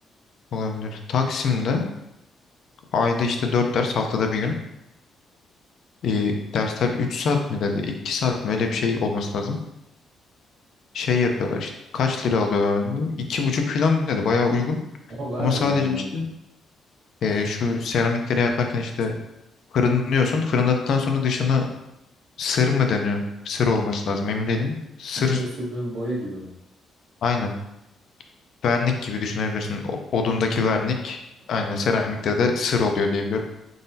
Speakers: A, on the left (about 50°); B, on the right (about 80°).
A: Olabilir. Taksim'de ayda işte 4 ders haftada bir gün. E, dersler 3 saat mi dedi? 2 saat mi? Öyle bir şey olması lazım. şey yapıyorlar işte. Kaç lira alıyorlar dedim. İki buçuk falan dedi. Bayağı uygun.
B: Ama baya
A: Ama sadece
B: iyi harbiden.
A: işte e, şu seramikleri yaparken işte fırınlıyorsun. Fırınladıktan sonra dışına sır mı deniyor? Sır olması lazım. Emin değilim. Sır
B: Dışına sürdüğüm boya gibi mi?
A: aynen. Vernik gibi düşünebilirsin. O- odundaki
B: Hı hı.
A: vernik
B: Anladım.
A: aynen seramikte de sır oluyor diye biliyorum.